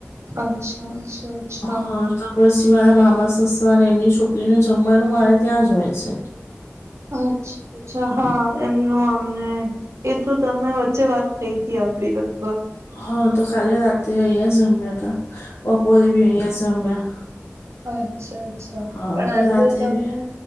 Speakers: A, on the right (about 75°); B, on the left (about 60°).
A: અચ્છા અચ્છા અચ્છા
B: હા તો પછી મારા મામા સસરા અને એમની છોકરીને જમવાનું મારે ત્યાં જ હોય છે
A: અ અચ્છા હા એમનું અમને એ તો તમે વચ્ચે વાત થઈ હતી આપડી લગભગ
B: હા તો ખાલી રાતે અહીયા જમ્યા હતા બપોરે ભી અહીયા જમ્યા
A: અચ્છા અચ્છા
B: હા
A: પણ
B: અને
A: આજે
B: રાત્રે
A: તો તમને
B: બી